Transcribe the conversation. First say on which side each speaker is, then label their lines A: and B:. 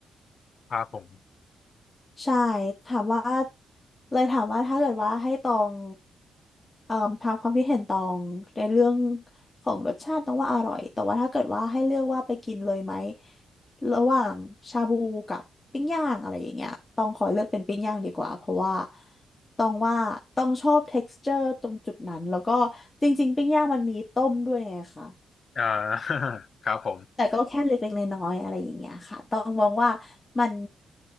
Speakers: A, on the left; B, on the left.
A: ครับผม
B: ใช่ถามว่าเลยถามว่าถ้าเกิดว่าให้ตองเอ่อถามความคิดเห็นตองในเรื่องของรสชาติต้องว่าอร่อยแต่ว่าถ้าเกิดว่าให้เลือกว่าไปกินเลยไหมระหว่างชาบูกับปิ้งย่างอะไรอย่างเงี้ยต้องขอเลือกเป็นปิ้งย่างดีกว่าเพราะว่าต้องว่าต้องชอบเท็กซ์เจอร์ตรงจุดนั้นแล้วก็จริงๆปิ้งย่างมันมีต้มด้วยไงคะ
A: อ่า <laughs> ครับผม
B: แต่ก็แค่เล็กๆน้อยๆอะไรอย่างเงี้ยค่ะ ต้องมองว่ามัน